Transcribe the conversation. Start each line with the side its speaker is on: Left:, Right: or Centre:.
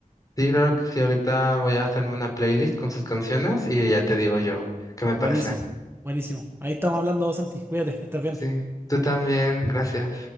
Left: Sí, claro que sí, ahorita voy a hacerme una playlist con sus canciones y ya te digo yo qué me parece.
Right: Buenísimo, buenísimo. Ahí estamos hablando, Santi. Cuídate, que estés bien.
Left: Sí, tú también, gracias.